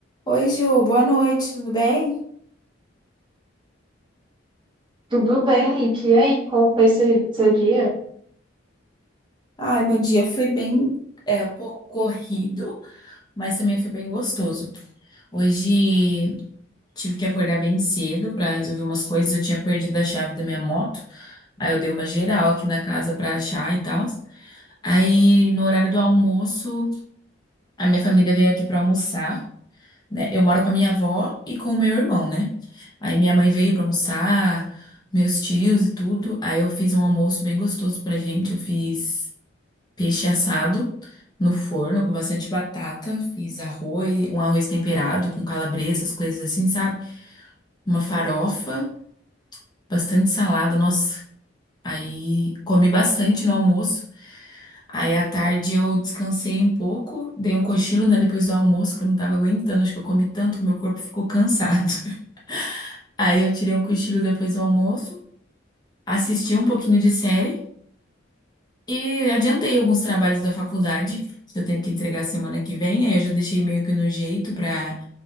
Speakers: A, on the left; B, on the right.
A: Oi, Ju, boa noite, tudo bem?
B: Tudo bem, e que aí? Como foi seu, seu dia?
A: Ai, meu dia foi bem, é, Do, mas gostoso. Hoje tive que acordar bem cedo para resolver umas coisas. Eu tinha perdido a chave da minha moto. Aí eu dei uma geral aqui na casa para achar e tal. Aí no horário do almoço, a minha família veio aqui para almoçar, né? Eu moro com a minha avó e com o meu irmão, né? Aí minha mãe veio para almoçar, meus tios e tudo. Aí eu fiz um almoço bem gostoso pra gente. Eu fiz Peixe assado no forno com bastante batata. Fiz arroz, um arroz temperado com calabresa, as coisas assim, sabe? Uma farofa, bastante salada. Nossa, aí comi bastante no almoço. Aí à tarde eu descansei um pouco, dei um cochilo, né, depois do almoço, que eu não tava aguentando, acho que eu comi tanto que meu corpo ficou cansado. <laughs> Aí eu tirei um cochilo depois do almoço, assisti um pouquinho de série. E adiantei alguns trabalhos da faculdade, que eu tenho que entregar semana que vem, aí eu já deixei meio que no jeito pra